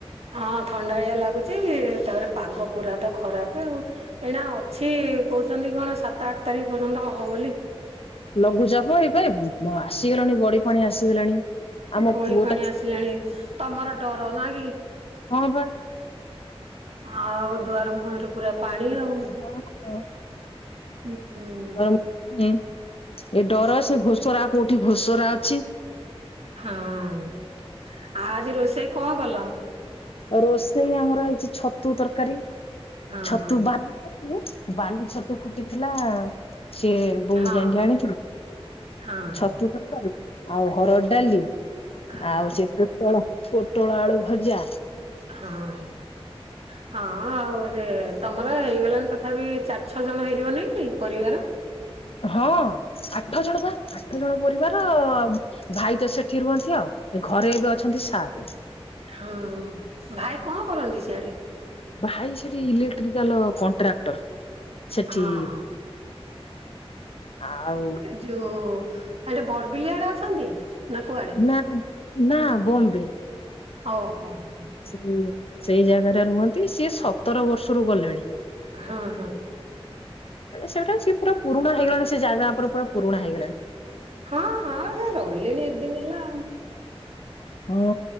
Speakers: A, on the right; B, on the left.
A: ହଁ ଥଣ୍ଡାଳିଆ ଲାଗୁଚ ତାପରେ ପାଗ ପୁରା ତ ଖରାପ। ଆଉ ଏଇନା ଅଛି କହୁଛନ୍ତି କଣ ସାତ ଆଠ ତାରିଖ ପର୍ଯ୍ୟନ୍ତ ହବ ବୋଲି।
B: ଲଘୁଚାପ ଏବେ ଆସିଗଲାଣି ବଡି ପାଣି ଆସିଗଲାଣି। ଆମ
A: ଗଢ
B: ପୁଅ
A: ପାଣି
B: ଟା
A: ଆସିଲାଣି ତମର ଡର ନା କି।
B: ହଁ ବା।
A: ଆଉ ଦୁଆର ମୁଁହିଁରେ ପୁରା ପାଣି ଆଉ
B: <unintelligible>
A: ହୁଁ।
B: ଏଁ ଏ ଡର ସେ ଘୋସରା କୋଉଠି ଭୋସରା ଅଛି।
A: ହଁ ଆଉ ଆଜି ରୋଷେଇ କଣ କଲ।
B: ରୋଷେଇ ଆମର ହେଇଚି ଛତୁ ତରକାରୀ
A: ହଁ
B: ଛତୁ
A: ହଁ
B: ବା ବାଲି ଛତୁ ଫୁଟିଥିଲା ସିଏ ବୋଉ
A: ହଁ
B: ଯାଇକି ଆଣିଥିଲେ
A: ହଁ
B: ଛତୁ ଆଉ ହରଡ଼ ଡାଲି
A: ହଁ ହଁ
B: ଆଉ ସେ ପୋଟଳ ପୋଟଳ ଆଳୁ ଭଜା
A: ହଁ ହଁ ହଁ ଆଉ ସେ ତମର ହେଇଗଲାଣି ତଥାପି ଚାରି ଛଅ ଜଣ ହେଇଯିବନିକି ପରିବାର
B: ହଁ ଆଠ ଜଣ ପା ଆଠ ଜଣ ପରିବାର ଭାଇତ ସେଠି ରୁହନ୍ତି ଆଉ ଘରେ ଏବେ ଅଛନ୍ତି ସାତେ
A: ହଁ ଭାଇ କଣ କରନ୍ତି ସିଆଡେ
B: ଭାଇ ସେଠି ଇଲେକ୍ଟ୍ରିକାଲ କଣ୍ଟ୍ରାକ୍ଟର ସେଠି
A: ହଁ ହଁ
B: ଆଉ
A: ଯଉ ଆଟ ବଡବିଲ ଆଡେ ଅଛନ୍ତି। ନା କୁଆଡେ?
B: ନା ନା ବମ୍ବେ
A: ଓ ହୋ, ହୋ ଲ୍ୟ ପାଇଁ
B: ସେ ସେଇ ଜାଗାରେ ରୁହନ୍ତି ସିଏ ସତର ବର୍ଷରୁ ଗଲେଣି
A: ହଁ ହଁ
B: ସେବେଠାରୁ ସିଏ ପୁରା ପରୁଣା ହେଇଗଲାଣି ସେ ଜାଗା ଉପରେ ପୁରା ପୁରୁଣା ହେଇଗଲାଣି
A: ହଁ ହଁ ସେ ରହିଲେଣି ଏତେଦିନ ହେଲା
B: ହଁ